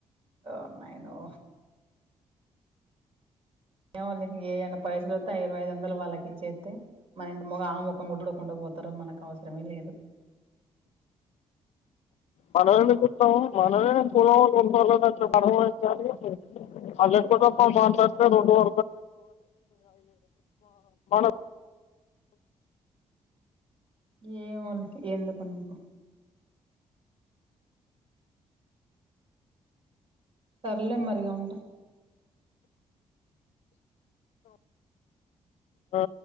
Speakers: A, on the right; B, on the left.
A: ఓర్ నైనో ఏమోలే ఏయన్న పైసలోత్తే ఆ ఇరవై ఐదు వందలు వాళ్ళకిచ్చేత్తే మన ఇంటి మొఖ ఆమె ముడ్డుడోకుంట పోతరో మనక్ అవసరమే లేదు.
B: మనమెందుకుంటం మనదే పోవాలె <unintelligible> ఎక్కువతక్కువ మాట్లాడ్తే రెండు <unintelligible>
A: ఏమోలె ఎందుకు నీకు సర్లే మరి ఇగ ఉంట
B: ఆ